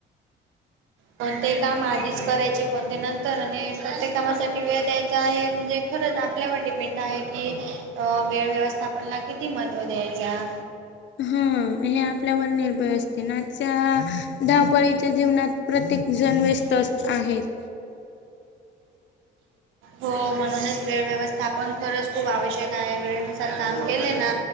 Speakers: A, on the right (about 80°); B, on the left (about 65°).
A: कोणतेही काम आधीच करायचे कोणते नंतर आणि प्रत्येक कामासाठी वेळ द्यायचा आहे म्हणजे खरंच आपल्यावर डिपेंड आहे की वेळ व्यवस्थापनला किती महत्त्व द्यायचा
B: हा हे आपल्यावर निर् वे असते नाच्या धावपळीच्या जीवनात प्रत्येक जण व्यस्त अस आहेत <inaudible>
A: हो म्हणूनच वेळ व्यवस्थापन खरंच खूप आवश्यक आहे वेळेनुसार काम केले ना